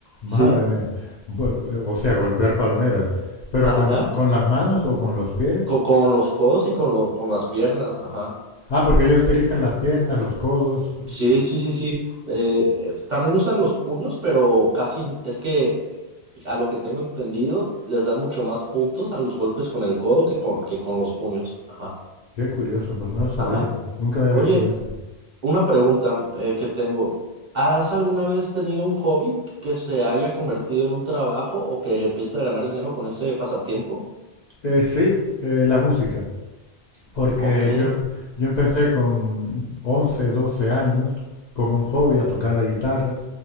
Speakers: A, on the right; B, on the left.
A: sí,
B: Madre mía. Bu- bu- O sea, golpear palmeras. Pero
A: ajá.
B: con, con las manos o con los pies.
A: Co- Con, los codos y con, lo- con las piernas, ajá.
B: Ah, porque ellos utilizan las piernas, los codos.
A: Sí, sí, sí, sí. Eh, eh, también usan los puños, pero casi n- es que a lo que tengo entendido, les dan mucho más puntos a los golpes con el codo que con, que con los puños. Ajá.
B: Qué curioso, pues no lo sabía.
A: Ajá.
B: Nunca había
A: Oye,
B: visto eso.
A: una pregunta eh, que tengo. ¿Has alguna vez tenido un hobby que se haya convertido en un trabajo o que empieces a ganar dinero con ese pasatiempo?
B: Eh, sí, eh, la música. Porque
A: Ok,
B: yo, em- yo empecé con 11 12 años como un hobby a tocar la guitarra.